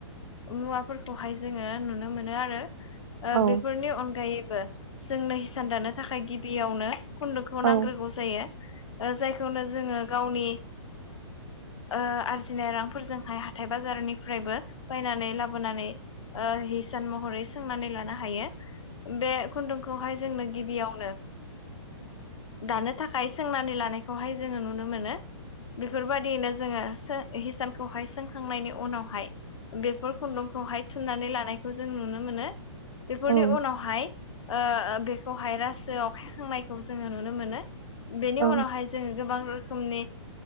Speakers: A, on the left; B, on the right.
A: मुवाफोरखौहाय जोङो नुनो मोनो आरो
B: औ
A: बेफोरनि अनगायैबो जोंनो हिसान दानो थाखाय गिबियावनो खुन्दुखौ
B: औ
A: नांग्रोगौ जायो जायखौनो जोङो गावनि आरजिनाय रांफोरजोंहाय हाथाय बाजारनिफ्रायबो बायनानै लाबोनानै हिसान महरै सोंनानै लानो हायो बे खुन्दुंखौहाय जोंनो गिबियावनो दानो थाखाय सोंनानै लानायखौहाय जोङो नुनो मोनो बेफोरबायदियैनो जोङो हिसानखौहाय सोंखांनायनि उनावहाय बे बेफोर खुन्दुंखौहाय थुननानै लानायखौ जों नुनो मोनो बेफोरनि
B: औ औ
A: उनावहाय बेखौहाय रासो आवखायखांनायखौ जोङो नुनो मोनो बेनि
B: औ
A: उनावहाय जोङ गोबां रोखोमनि